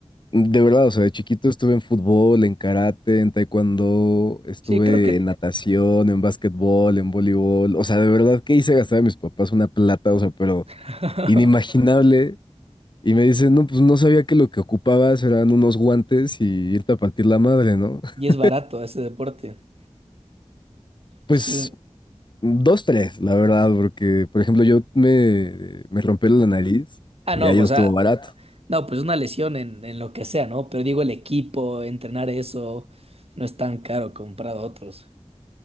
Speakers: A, on the left; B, on the right.
A: de verdad, o sea, de chiquito estuve en fútbol, en karate, en taekwondo, estuve
B: Sí, creo que...
A: en natación, en básquetbol, en voleibol. O sea, de verdad que hice gastar a mis papás una plata, o sea, pero
B: <laughs>
A: inimaginable y me dice, no, pues no sabía que lo que ocupabas eran unos guantes y irte a partir la madre, ¿no? <laughs>
B: Y es barato ese deporte.
A: Pues
B: Sí.
A: dos, tres, la verdad, porque, por ejemplo, yo me, me rompí la nariz
B: Ah,
A: y
B: no,
A: ahí
B: pues,
A: no estuvo
B: ah,
A: barato.
B: no, pues una lesión en, en lo que sea, ¿no? Pero digo, el equipo, entrenar eso, no es tan caro comparado a otros.